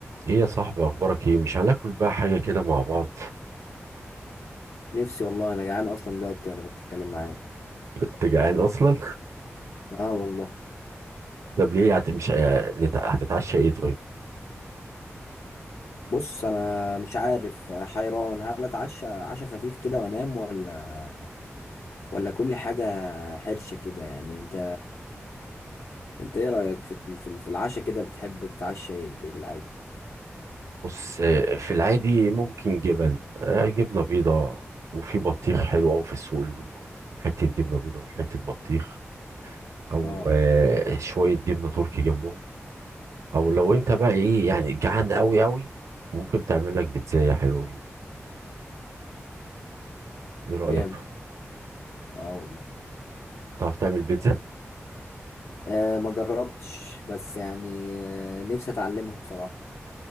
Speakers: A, on the right (about 80°); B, on the left (about 75°).
A: ايه يا صاحبي اخبارك ايه مش هناكل بقى حاجه كده مع بعض
B: نفسي والله انا جعان اصلا دلوقتي وانا بتكلم معاك
A: <laughs> كنت جعان اصلا
B: اه والله
A: طب ليه هت... مش آه، نت- هتتعشى ايه طيب
B: بص انا مش عارف حيران هل اتعشى عشاء خفيف كده وانام ولا ولا كل حاجه حرشه كده يعني انت انت ايه رايك في في, في العشاء كده بتحب تتعشى ايه في العادي
A: بص آه، في العادي ممكن جبن آه، جبنه بيضاء وفي بطيخ حلو قوي في السوق اليومين دول ممكن حته جبنه بيضاء وحته بطيخ او
B: اه
A: آه، شويه جبنه تركي جنبهم او لو انت بقى ايه يعني جعان قوي قوي ممكن تعمل لك بيتزايه حلوه كده ايه رايك
B: جامد اه والله
A: بتعرف تعمل بيتزا
B: آه ما جربتش بس يعني آه نفسي اتعلمها بصراحه